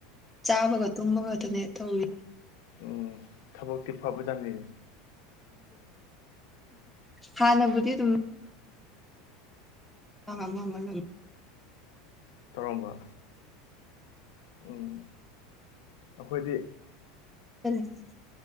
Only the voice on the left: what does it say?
ꯎꯝ ꯊꯕꯛꯇꯤ ꯐꯕꯖꯠꯅꯤ
ꯇꯧꯔꯝꯕ ꯎꯝ ꯑꯩꯈꯣꯏꯗꯤ